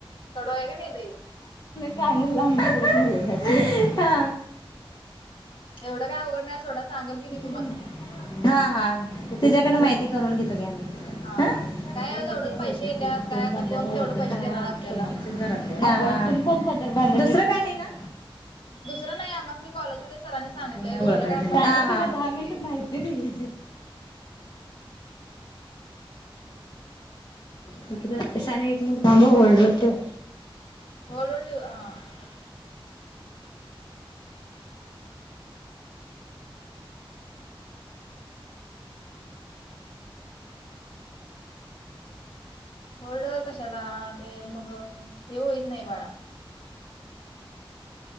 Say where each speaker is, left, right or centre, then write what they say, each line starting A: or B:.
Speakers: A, on the left; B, on the left.
A: कडू आहे का नाही लई
B: कान लाले हा.
A: एवढं काय अवघड नाही सोडा सांगल की तुम्हांस
B: का नाही.
A: नी.
B: हा हा त्याच्याकडन माहिती करून घेतो घ्या आम्ही.
A: हा
B: आमच्या
A: काय
B: गल्लीत
A: एवढच
B: लय बहुतेक
A: पैसे येत
B: ते
A: काय
B: तोंड
A: आता
B: बांधल्याचा
A: कोण तेवढं
B: ओळखण
A: पैसे
B: झाल्या
A: देणार
B: तर आमच्या
A: आपल्याला.
B: समोरच्याच दुसरं काय नाही ना?
A: दुसरं नाही आम्हासनी कॉलेजमध्ये सरांनी सांगितलंय
B: कोणा
A: दुसरं
B: ओळखाय
A: काय असं
B: दहा
A: नाही आहे फेक वगैरे
B: मिनिट
A: ते
B: माहिती <unintelligible> साने एक थांब होल्ड ठेव.
A: होल्ड वर ठेव हा. होल्ड वर कशाला ते मग हे होईत नाही बाळा.